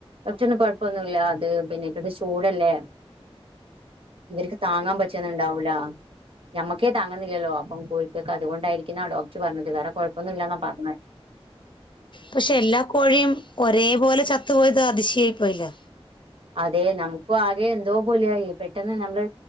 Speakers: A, on the right (about 65°); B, on the left (about 50°).
A: ഡോക്ടറിന്ന് കുഴപ്പൊന്ന ഇല്ല അത് പിന്നെ ഇപ്പോഴത്തെ ചൂടല്ലേ ഇവർക്ക് താങ്ങാൻ പറ്റുന്നുണ്ടാവൂല ഞമ്മക്കേ താങ്ങുന്നില്ലല്ലോ അപ്പം കോഴിക്കൊക്ക അതുകൊണ്ടായിരിക്കുന്നാ ഡോക്ടർ പറഞ്ഞില്ല വേറെ കൊഴപ്പൊന്നും ഇല്ലന്നാ പറഞ്ഞ
B: പക്ഷെ എല്ലാ കോഴിയും ഒരേപോലെ ചത്തു പോയത് അതിശയായി പോയില്ലേ
A: അതെ നമക്കു ആകെ എ ന്തോ പോലെയായി പെട്ടെന്ന് നമ്മള്